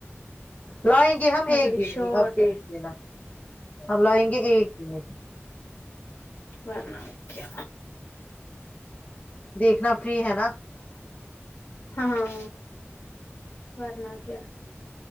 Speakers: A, on the left; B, on the left.
A: لائیں گے ہم
B: مگر
A: ایک
B: یہ
A: بھی نہیں
B: شارٹ
A: اب دیکھ
B: ہے
A: دینا ہم لائیں گے ایک بھی نہیں
B: بورنا ہوکا
A: دیکھنا فری ہے نا
B: ہاں ون آ کیا